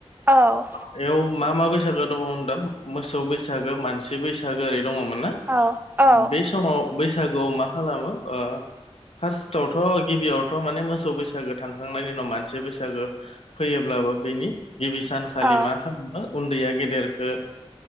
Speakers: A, on the right; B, on the left.
A: औ
B: बेयाव मा मा बैसागो दङ होन दा मोसौ बैसागो मानसि बैसागो ओरै दङमोन ना?
A: औ औ
B: बे समाव बैसागुआव मा खालामो ओ फार्स्टआवथ' गिबियावथ' माने मोसौ बैसागो थांखांनायनि उनाव मानसि बैसागो। फैयोब्लाबो बेनि गिबि सानखालि
A: औ
B: मा खालामो उन्दैया गेदेरखौ